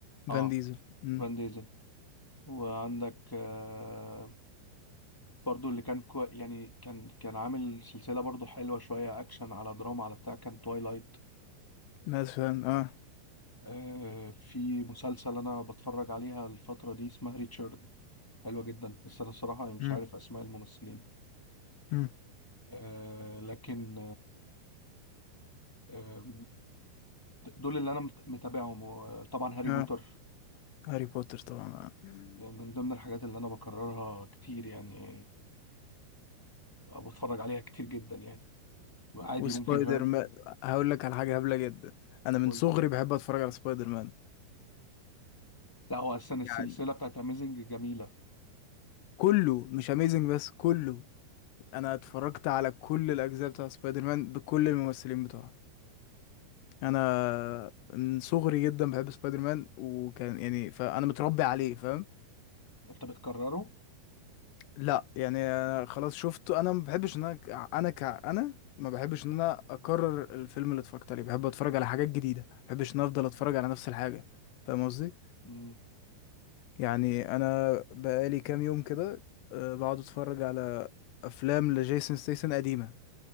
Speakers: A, on the left (about 25°); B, on the left (about 80°).
A: اه
B: فان ديزل مم.
A: فان ديزل وعندك آه، برضو اللي كان كو... يعني كان كان عامل سلسلة برضو حلوة شوية أكشن على دراما على بتاع كان توايلايت
B: مثلا اه
A: آه، في مسلسل أنا بتفرج عليها الفترة دي اسمها ريتشارد حلوة جدا بس أنا الصراحة مش
B: مم.
A: عارف أسماء الممثلين
B: مم.
A: آه، لكن آه، دول اللي انا مت- متابعهم وطبعا هاري
B: اه
A: بوتر
B: هاري بوتر طبعا آه. مم.
A: ده من ضمن الحاجات اللي انا بكررها كتير يعني أو بتفرج عليها كتير جدا يعني عادي
B: وسبايدر
A: ممكن فاهم
B: مان هقول لك على حاجه هبله جدا انا من
A: قول
B: صغري بحب اتفرج على سبايدر مان
A: لا هو اصلا السلسله
B: يعني
A: بتاعت اميزنج جميله
B: كله مش اميزنج بس كله انا اتفرجت على كل الاجزاء بتاع سبايدر مان بكل الممثلين بتوعه انا من صغري جدا بحب سبايدر مان وكان يعني فانا متربي عليه فاهم
A: انت بتكرره
B: لا يعني أنا خلاص شفته انا ما بحبش ان انا ك- انا ك انا ما بحبش ان انا اكرر الفيلم اللي اتفرجت عليه بحب اتفرج على حاجات جديده ما بحبش ان أنا افضل اتفرج على نفس الحاجه فاهم قصدي
A: امم
B: يعني انا بقالي كام يوم كده آه، بقعد اتفرج على افلام لجيسون ستيسن قديمة